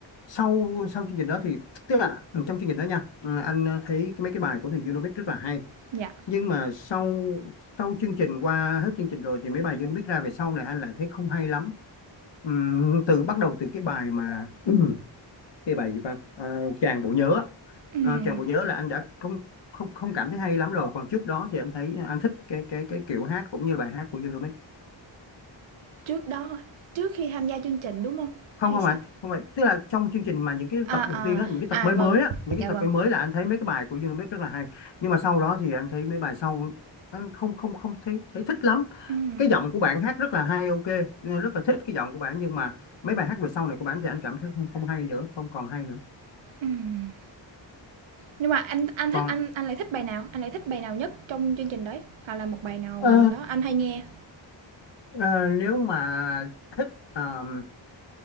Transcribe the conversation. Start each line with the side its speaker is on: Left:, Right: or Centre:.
Left: sau sau chương trình đó thì tức là trong chương trình đó nha ừ, anh thấy cái- mấy cái bài của thằng Unomic rất là hay
Right: dạ.
Left: nhưng mà sau sau chương trình qua hết chương trình rồi thì mấy bài Unomic ra về sau này anh lại thấy không hay lắm Ừm, từ bắt đầu từ cái bài mà <clears throat> cái bài gì ta à, chàng bộ nhớ á.
Right: Ừm,
Left: à, chàng bộ nhớ là anh đã không không không cảm thấy hay lắm rồi còn trước đó thì anh thấy anh thích cái cái cái kiểu hát cũng như bài hát của Yellowmix
Right: trước đó trước khi tham gia chương trình, đúng không
Left: không
Right: Hay
Left: không
Right: sao?
Left: phải không phải tức là trong chương trình mà những cái
Right: À,
Left: tập đầu tiên á
Right: à,
Left: những cái tập mới
Right: à, vâng,
Left: mới á những cái
Right: dạ
Left: tập
Right: vâng.
Left: mới mới là anh thấy mấy cái bài của Yellowmix rất là hay nhưng mà sau đó thì anh thấy mấy bài sau anh không không không thấy thấy thích lắm
Right: Ừm,
Left: cái giọng của bạn hát rất là hay ok rất là thích cái giọng của bạn nhưng mà mấy bài hát về sau này của bạn thì anh cảm thấy không, không hay nữa không còn hay nữa
Right: ừm. Nhưng mà anh anh thích
Left: còn
Right: anh anh lại thích bài nào? Anh lại thích bài nào nhất trong chương trình đấy? Hoặc là một bài nào
Left: Ờ,
Right: đó anh hay nghe?
Left: ờ, nếu mà thích ờm,